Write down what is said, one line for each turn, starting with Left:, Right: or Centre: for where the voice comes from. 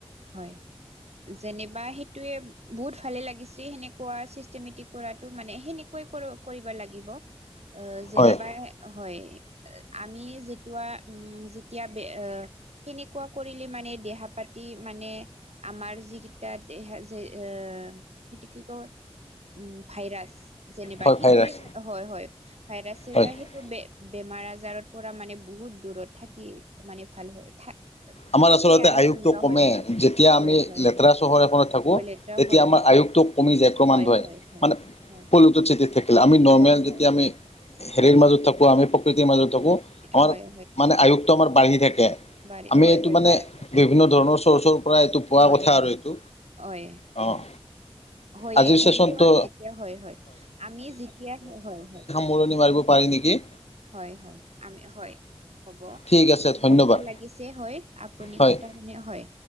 Right: হয়। যেনবা সেইটোয়ে বহুত ভালে লাগিছে সেনেকোৱা ছিষ্টেমেটিক কৰাটো মানে সেনে- কৰিব কৰিবা লাগিব জেনিবা
Left: হয়
Right: হয়, আমি- কোৱা উম' যেতিয়া বে সেনেকুৱা কৰিলে মানে দেহা পাতি- মানে আমাৰ যিকেইটা এ সেইটো কি কয়- উম ভাইৰাছ যেনিবা
Left: হয়
Right: সেইটোৱে
Left: ভাইৰাছ
Right: হয় হয়, ভাইৰাছ <unintelligible>
Left: হয়
Right: বে বেমাৰ আজাৰৰ পৰা মানে বহুত দূৰত থাকি মানে ভাল হয়।
Left: আমাৰ
Right: থাকে
Left: আচলতে
Right: আৰু
Left: আয়ুসটো
Right: যেনিবা
Left: কমে
Right: হয় হয়
Left: যেতিয়া
Right: হয়
Left: আমি
Right: হয়
Left: লেতেৰা
Right: হয়
Left: চহৰ এখনত থাকো
Right: হয় লেতেৰা
Left: তেতিয়া
Right: হয়
Left: আমাৰ
Right: হয়
Left: আয়ুস- টো কমি যায় কমানৰই
Right: হয় হয় হয়
Left: মানে
Right: হয়
Left: <unintelligible> ঠিকে থাকিল
Right: পলি
Left: আমি নৰ্মেল
Right: হয় হয়
Left: যেতিয়া আমি হেৰিৰ
Right: হয়
Left: মাজত থাকো আমি- প্ৰকৃতিৰ মাজত থাকো আমাৰ
Right: হয়
Left: মানে আয়ুটো আমাৰ বাঢ়ি থাকে।
Right: বাঢ়ে
Left: আমি
Right: হয়
Left: এইটো
Right: হয়,
Left: মানে
Right: বাঢ়ি থাকে
Left: বিভিন্ন
Right: হয়,
Left: ধৰণৰ চৰ্চৰ পৰা এইটো পোৱা
Right: হয়
Left: কথা
Right: হয়।
Left: আৰু এইটো
Right: হয়
Left: অঁ
Right: হয়। হয়য়ে
Left: আজিৰ
Right: সেনেকুৱা
Left: চেচনটো
Right: যেতিয়া হয় হয়, আমি যেতিয়া হয় হয়।
Left: মৰণি মাৰিব পাৰি নেকি।
Right: হয় হয়, আমি হয়, হ'ব
Left: ঠিক আছে
Right: বহুত
Left: ধন্যবাদ
Right: ভাল লাগিছে হয়- আপুনি
Left: হয়
Right: কথা শুনি হয়,